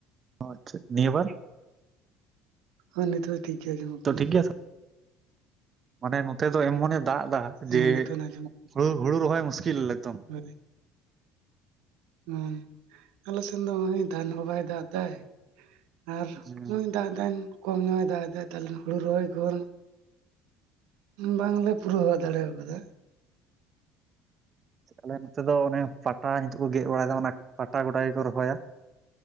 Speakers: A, on the right (about 30°); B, on the right (about 85°).
A: ᱚ ᱟᱪᱪᱷᱟ ᱱᱤᱭᱟᱹ ᱵᱟᱨ
B: ᱦᱳᱭ ᱱᱤᱛ ᱴᱷᱤᱠ ᱜᱮ ᱟᱸᱡᱚᱢᱚᱜ
A: ᱛᱚ
B: ᱠᱟᱱᱟ
A: ᱴᱷᱤᱠ ᱜᱮᱭᱟ ᱥᱮ ᱢᱟᱱᱮ ᱱᱚᱛᱮ ᱫᱚ ᱮᱢᱚᱱᱮ ᱫᱟᱜ ᱮᱫᱟ
B: ᱦᱮᱸ
A: ᱡᱮ
B: ᱱᱤᱛᱚᱜ ᱟᱸᱡᱚᱢᱚᱜ ᱠᱟᱱᱟ᱾
A: ᱦᱩ ᱦᱩᱲᱩ ᱨᱚᱦᱚᱭ ᱢᱩᱥᱠᱤᱞ ᱮᱠᱫᱚᱢ᱾
B: <unintelligible> ᱦᱩᱸ ᱟᱞᱮ ᱥᱮᱱ ᱫᱚ ᱩᱱᱤ ᱫᱟᱱ ᱦᱚᱸ ᱵᱟᱭ ᱫᱟᱜ ᱫᱟᱭ᱾ ᱟᱨ
A: ᱦᱩᱸ,
B: ᱱᱩᱭ ᱫᱟᱜ ᱫᱟᱭ ᱠᱚᱢ ᱧᱚᱜᱼᱮ ᱫᱟᱜ ᱫᱟᱭ ᱛᱟᱞᱦᱮ ᱦᱩᱲᱩ ᱨᱚᱦᱚᱭ ᱠᱚ ᱵᱟᱝᱞᱮ ᱯᱩᱨᱟᱹᱣ ᱫᱟᱲᱮᱣ ᱟᱠᱟᱫᱟ᱾
A: ᱟᱞᱮ ᱱᱚᱛᱮ ᱫᱚ ᱚᱱᱮ ᱯᱟᱴᱟ ᱱᱤᱛᱚᱜ ᱠᱚ ᱜᱮᱫ ᱵᱟᱲᱟᱭᱮᱫᱟ ᱚᱱᱟ ᱯᱟᱴᱟ ᱜᱚᱰᱟ ᱜᱮᱠᱚ ᱨᱚᱦᱚᱭᱟ᱾